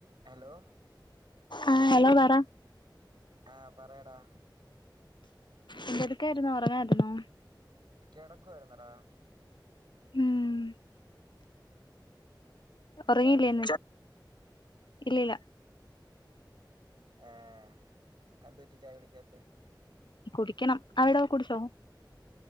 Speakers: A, on the right; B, on the left.
A: Hello
B: ആഹ് hello പറ
A: ആഹ് പറയടാ
B: എന്തെടുക്കാരുന്നു ഒറങ്ങാരുന്നോ
A: കിടക്കുവായിരുന്നടാ
B: ഉം ഒറങ്ങീലേന്ന്
A: ചായ കുടിച്ചോ
B: ഇല്ലല്ല
A: ആഹ് അഎന്ത് പറ്റി ചായ കുടിക്കാത്തെ
B: കുടിക്കണം അവിടോ കുടിച്ചോ